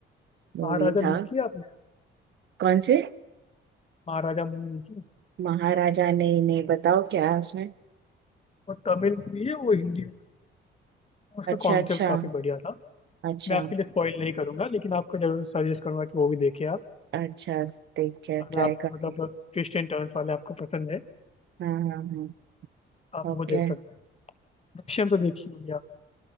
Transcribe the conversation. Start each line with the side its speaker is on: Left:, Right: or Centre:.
Right: मूवी
Left: महाराजा
Right: था
Left: देखी है आपने
Right: कौन से
Left: महाराजा मूवी देखी
Right: महाराजा नहीं नहीं बताओ क्या है उसमें
Left: वो तमिल मूवी है वो हिंदी में उसका
Right: अच्छा
Left: कॉन्सेप्ट
Right: अच्छा
Left: काफी बढ़िया था
Right: अच्छा
Left: मैं आपके लिए स्पॉइल नहीं करूंगा लेकिन आपको जरूर सजेस्ट करूंगा कि वो भी देखिए आप
Right: अच्छा ठीक है
Left: अगर
Right: ट्राई
Left: आप
Right: करेंगे
Left: मतलब ट्विस्ट एंड टर्न्स वाले आपको पसंद है
Right: हाँ हाँ हाँ
Left: आप
Right: ओके
Left: वो देख सकते हो दृश्यम तो देखी होगी आपने